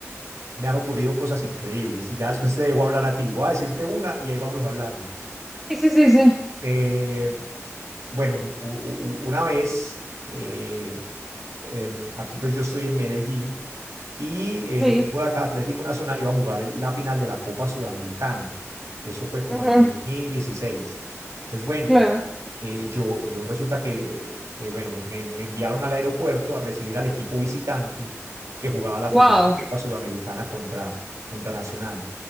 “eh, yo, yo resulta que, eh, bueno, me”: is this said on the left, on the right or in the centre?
Right